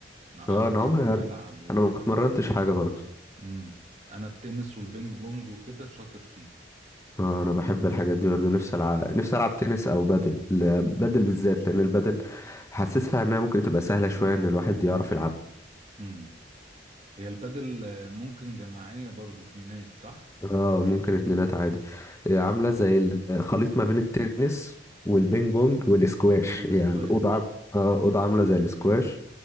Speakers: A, on the right; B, on the left.
A: نأجر
B: آه، انا عمري
A: ونلعب وكده
B: انا ما اتمرنتش حاجه برضو
A: امم أنا التنس والبينج بونج وكده شاطر فيه
B: آه، انا بحب الحاجات دي برضه نفسي العب نفسي العب تنس او بادل ال- بادل بالذات لان البادل حاسسها انها ممكن تبقى سهله شويه ان الواحد يعرف يلعب
A: امم هي البادل آه، ممكن جماعية برضو اتنينات صح؟
B: اه ممكن اتنينات عادي
A: امم
B: هي عامله زي الخليط ما بين التنس والبينج بونج والاسكواش
A: كل
B: هي
A: سكواش
B: الاوضه عام- اه اوضه عامله زي الاسكواش